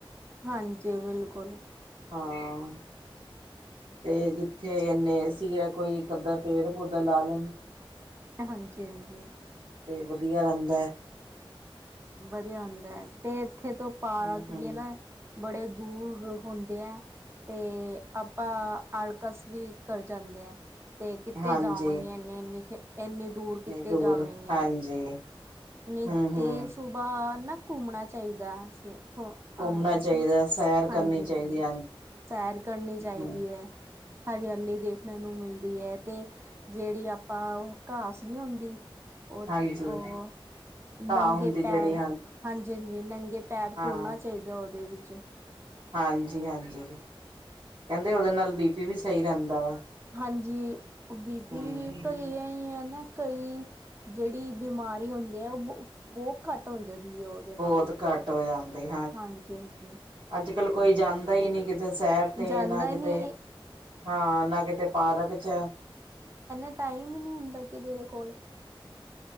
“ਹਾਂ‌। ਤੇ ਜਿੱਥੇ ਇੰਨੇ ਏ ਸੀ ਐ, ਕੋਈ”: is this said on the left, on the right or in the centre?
Right